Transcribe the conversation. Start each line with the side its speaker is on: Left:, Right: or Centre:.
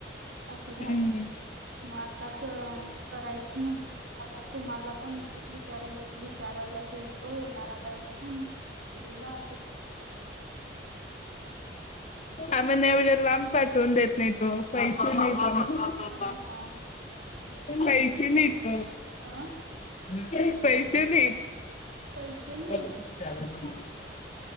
Right: असं झालं
Left: हम्म.
Right: मग आता क, करायचं म्हणलं आता तुम्हाला पण तेच विचाराइ विचारायला केलतो, येणारा काय म्हणून दिलीला
Left: आमन एव्हड्या लाम पाठ टून देत नाही तो पैसा <unintelligible> पा पा
Right: हा
Left: पा
Right: हा
Left: पैसे नाहीत.
Right: हा
Left: ह <inaudible> पैस ते नाहीत.
Right: पैसे नाहीत
Left: <unintelligible>